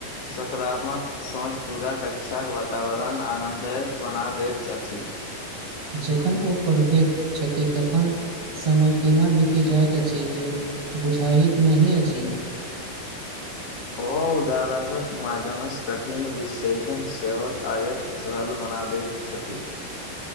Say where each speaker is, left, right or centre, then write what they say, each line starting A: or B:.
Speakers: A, on the left; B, on the right.
A: सकारात्मक सोच पूरा कक्षाक वातावरण आनन्दे बना दैत अछि
B: जखन ओ पढ़बैत छथि तखन समय केना बीति जाइत अछि जे बुझाइत नहि अछि
A: ओ उदाहरण क माध्यम सँ कठिन विषेषण सेवत आयत सल बन सरल बना दैत छथि